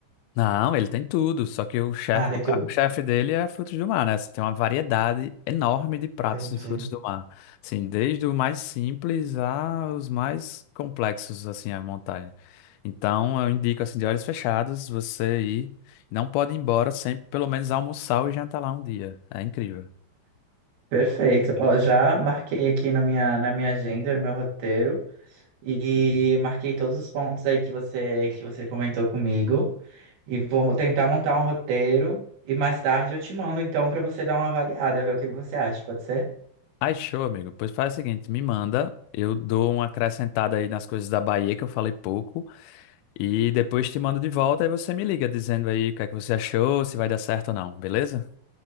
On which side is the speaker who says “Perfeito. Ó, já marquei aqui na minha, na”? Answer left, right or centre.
Right